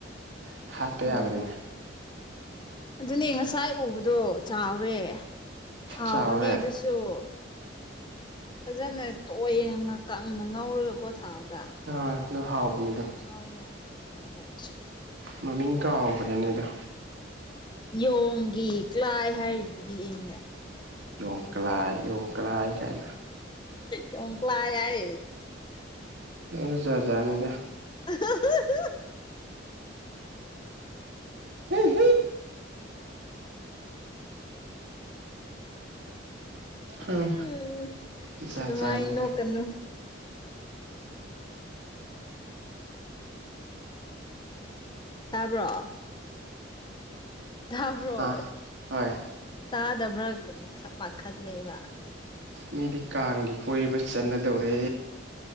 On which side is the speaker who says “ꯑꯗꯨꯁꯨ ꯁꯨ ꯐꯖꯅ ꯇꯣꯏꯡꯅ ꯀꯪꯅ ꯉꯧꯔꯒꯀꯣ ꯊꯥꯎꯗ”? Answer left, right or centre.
Left